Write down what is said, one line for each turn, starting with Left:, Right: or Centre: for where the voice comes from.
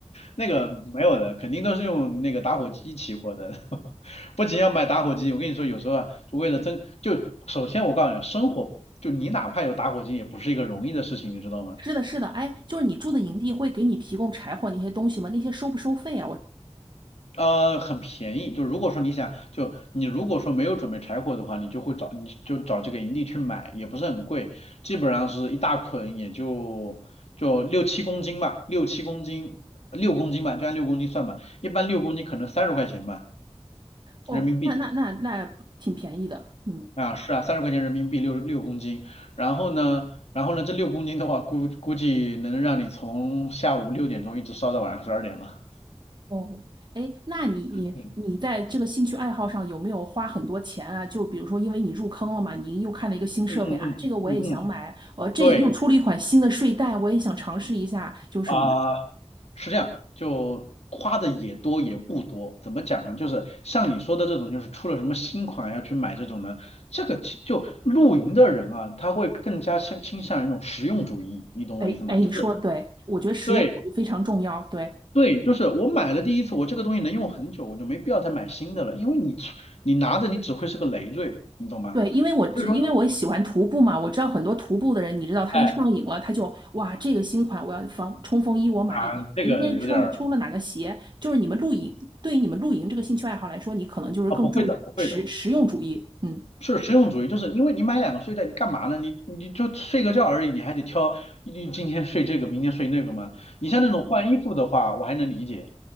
Left: 那个没有的，肯定都是用那个打火机起火的。<laughs> 不仅要买打火机，我跟你说，有时候啊，就为了争，就首先我告诉你，生火就你哪怕有打火机，也不是一个容易的事情，你知道吗？
Right: 是的，是的，哎，就是你住的营地会给你提供柴火那些东西吗？那些收不收费啊？我，
Left: 呃，很便宜。就如果说你想，就你如果说没有准备柴火的话，你就会找，你就找这个营地去买，也不是很贵，基本上是一大捆，也就就六七公斤吧，六七公斤，六公斤吧，就按六公斤算吧。一般六公斤可能三十块钱吧，
Right: 哦，
Left: 人民币
Right: 那那那那挺便宜的，嗯，
Left: 啊，是啊，三十块钱人民币六六公斤。然后呢，然后呢，这六公斤的话，估估计能让你从下午六点钟一直烧到晚上十二点了。
Right: 哦，哎，那你你在这个兴趣爱好上有没有花很多钱啊？
Left: 嗯
Right: 就比如说，因为你入坑了嘛，你又看了一个新设备啊，
Left: 嗯嗯嗯嗯嗯，
Right: 这个我也想买，呃，这又出了一款新的睡袋，
Left: 对
Right: 我也想尝试一下，就是什么的，
Left: 啊、是这样，就花的也多也不多，怎么讲呢？就是像你说的这种，就是出了什么新款要去买这种呢，这个其就露营的人啊，他会更加倾倾向于一种实用主义，你懂我意思吗？
Right: 哎哎，
Left: 就是
Right: 你说的对，我觉得实用主义非常重要，
Left: 对
Right: 对。
Left: 对，就是我买了第一次，我这个东西能用很久，我就没必要再买新的了，因为你你拿着你只会是个累赘，你懂吗？
Right: 对，因为我知，
Left: 所以说，
Right: 因为我喜欢徒步嘛，我知道很多徒步的人，你知道他一上瘾了，
Left: 哎
Right: 他就哇，这个新款我要防冲锋衣，我买一个。
Left: 啊、这个有点儿
Right: 明天冲出了哪个鞋，就是你们露营，对于你们露营这个兴趣爱好来说，你可能就是更注重实实用主义。
Left: 啊，不会的，不会的。
Right: 嗯，
Left: 是实用主义，就是因为你买两个睡袋，你干嘛呢？你你就睡个觉而已，你还得挑，你今天睡这个，明天睡那个吗？你像那种换衣服的话，我还能理解，